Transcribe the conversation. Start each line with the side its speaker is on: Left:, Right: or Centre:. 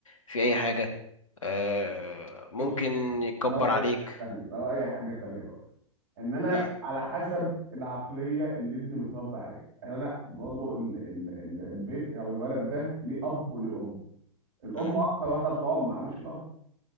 Left: في أي حاجة آه ممكن
Right: بص
Left: يكبر
Right: انا رايي
Left: عليك
Right: حاجه تانيه انا رايي حاجه تانيه بقى ان انا
Left: مم.
Right: على حسب العقليه اللي ابني متربي عليها يعني انا برضه ال ال ال البيت او الولد ده ليه اب وليه ام الام
Left: مم.
Right: اكتر واحده بتقعد معاه مش الاب